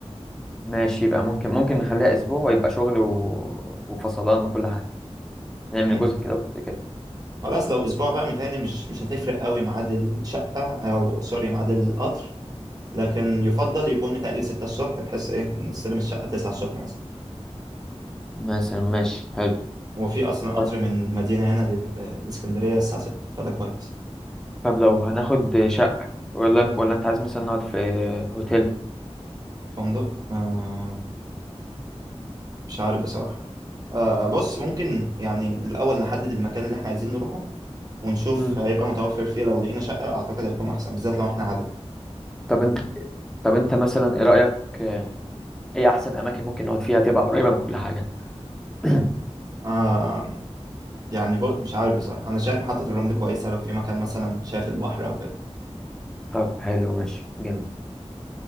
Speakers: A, in the centre; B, on the right.
A: ماشي يبقى ممكن ممكن نخليها اسبوع ويبقى شغل و... وفصلان وكل حاجه نعمل
B: مم.
A: جزء كده وجزء كده
B: خلاص لو أسبوع بقى متهيألي مش مش هتفرق قوي ميعاد الشقة أو سوري ميعاد القطر لكن يفضل يكون متهيألي ستة الصبح بحيث إيه نستلم الشقة تسعة الصبح مثلا
A: مثلا ماشي حلو
B: هو في أصلا قطر
A: طيب
B: من مدينة هنا لل- للإسكندرية الساعة ستة فده كويس
A: طب لو هناخد شقه ولا ولا انت عايز مثلا نقعد في هوتيل
B: الفندق آه مش عارف بصراحة آه بص ممكن يعني الأول نحدد المكان اللي احنا عايزين نروحه ونشوف
A: مم.
B: هيبقى متوفر فيه لو لقينا شقة أعتقد هيكون أحسن بالذات لو إحنا عدد
A: طب انت طب انت مثلا ايه رايك آه، ايه احسن اماكن ممكن نقعد فيها تبقى قريبه من كل حاجه <clears throat>
B: آه يعني برضه مش عارف بصراحة أنا شايف محطة الرمل كويسة لو في مكان مثلا شايف البحر أو كده
A: طب حلو ماشي جميل